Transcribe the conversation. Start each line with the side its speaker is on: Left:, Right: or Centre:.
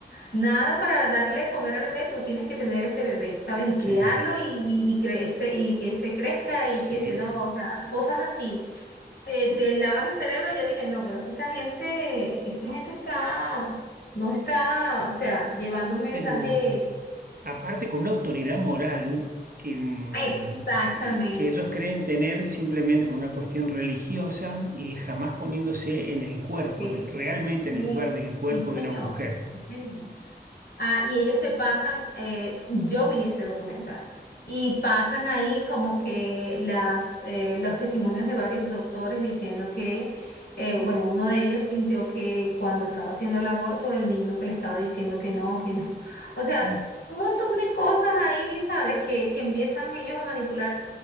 Left: nada para darle a comer al bebé, tú tienes que tener ese bebé, ¿sabes? Y
Right: sí.
Left: criarlo y, y, y crece, y que se crezca y
Right: Sí,
Left: que se no, o sea, cosas así te,
Right: Y-
Left: te lavan el cerebro, yo dije, no, pero es que esta gente, esta gente está, no está, o sea, llevando un mensaje
Right: pero aparte con una autoridad moral que, mm,
Left: exactamente.
Right: que, que ellos creen tener simplemente por una cuestión religiosa y jamás poniéndose en el cuerpo,
Left: Sí,
Right: en el- realmente en
Left: sí,
Right: el lugar del cuerpo
Left: sí, señor,
Right: de una mujer.
Left: sí, señor. Ah, y ellos te pasan, eh, yo vi ese documental, y pasan ahí como que las, eh, los testimonios de varios doctores diciendo que, eh, bueno, uno de ellos sintió que cuando estaba haciendo el aborto, el niño que le estaba diciendo que no, que no. O sea,
Right: Claro,
Left: un montón de cosas ahí, ¿sabes? Que, que empiezan ellos a manipular